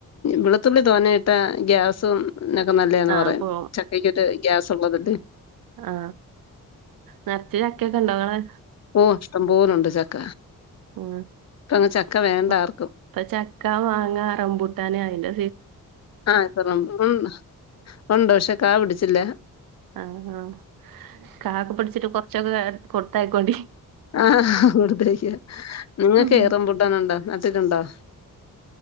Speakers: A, on the left; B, on the right.
A: വെളുത്തുള്ളി തോന്നയിട്ടാ ഗ്യാസും എന്നൊക്കെ നല്ലതന്ന്
B: ആഹ്
A: പറയാം
B: പോ
A: ചക്കക്കൊട്ട് ഗ്യാസ് ഉള്ളത
B: ആ നറച്ച് ചക്കൊക്കെ ഉണ്ടോവടെ
A: ഓ ഇഷ്ടം പോലുണ്ട് ചക്ക
B: ആ
A: ഇപ്പ അങ്ങ് ചക്ക വേണ്ട
B: ഇപ്പൊ
A: ആർക്കും
B: ചക്ക മാങ്ങ റംപൂട്ടാനെ അയിന്റെ
A: <unintelligible> ഉം ഉണ്ടു പക്ഷെ കാ പിടിച്ചില്ല.
B: ആഹ ആഹ കാ പടിച്ചിട്ട് കുറച്ചക്ക കൊടുത്തയാക്കോൻ ണ്ടി
A: ആ കോടുതയക്കാം നിങ്ങക്ക്
B: ഉം.
A: റമ്പൂട്ടാൻ ഉണ്ടോ നട്ടിട്ടുണ്ടോ?